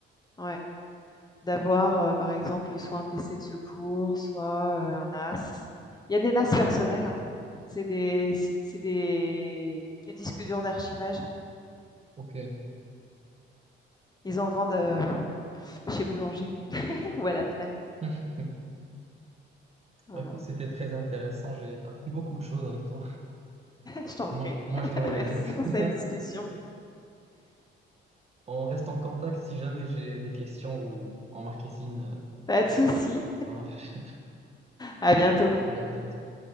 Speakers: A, on the left; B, on the right.
A: Ouais. D'avoir, euh, par exemple, soit un PC de secours, soit euh, un NAS. Il y a des NAS personnels. hein. C'est des, si, c'est des, des disques durs d'archivage.
B: ok.
A: Ils en vendent euh, chez Boulanger <laughs> ou à la Fnac.
B: <laughs>
A: Voilà.
B: Bah, écoute, c'était très intéressant. J'ai appris beaucoup de choses avec toi.
A: Je t'en prie.
B: Moi,
A: <laughs>
B: moi, je dois y
A: Merci
B: aller. <laughs>
A: pour cette discussion.
B: On reste en contact si jamais j'ai des questions ou en marketing, euh,
A: Pas de souci.
B: ça marche.
A: À bientôt.
B: Allez, à bientôt.